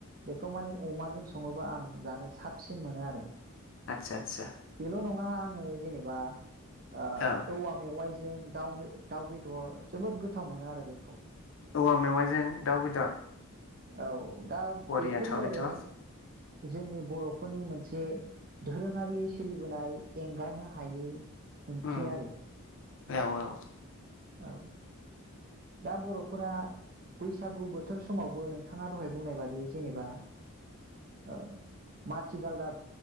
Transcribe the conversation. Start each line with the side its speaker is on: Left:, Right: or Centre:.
Right: बेखौ मानि अमाजों संङोबा आं जानो साबसिन मोनो आरो
Left: आथसा आथसा।
Right: बेल' नङा आङो जेनेबा ओह
Left: औ
Right: औवा मेवाइजों दाउ मे दाउ बेदर जोबोद गोथाव मोनो आरो बेखौ।
Left: औवा मेवाइजों दाउ बेदर
Right: औ। दा
Left: बरियाथ'
Right: बेफोर जाहैबाय
Left: बेथ'
Right: जोंनि बर'फोरनि मोनसे दोरोङारि सोलिबोनाय एंगारनो हायि ओंख्रि
Left: उम
Right: आरो।
Left: औ औ।
Right: औ दा बर'फोरा बैसागु बोथोर समावबो नोंथाङा दहाय बुंनायबादि जेनेबा औ। माथिगालदाब